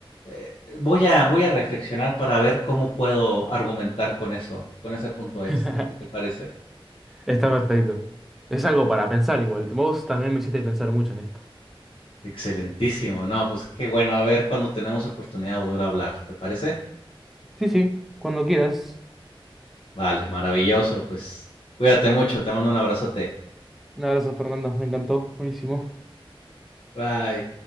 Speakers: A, on the left (about 65°); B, in the centre.
A: eh, voy a, voy a reflexionar para ver cómo puedo argumentar con eso, con ese punto
B: <laughs>
A: extra. ¿Qué te parece?
B: Está perfecto. Es algo para pensar igual. Vos también me hiciste pensar mucho en esto.
A: Excelentísimo, no, pues qué bueno, a ver cuando tenemos oportunidad de volver a hablar, ¿te parece?
B: Sí, sí, cuando quieras.
A: Vale, maravilloso, pues cuídate mucho, te mando un abrazote.
B: Un abrazo, Fernando. Me encantó. Buenísimo.
A: Bye.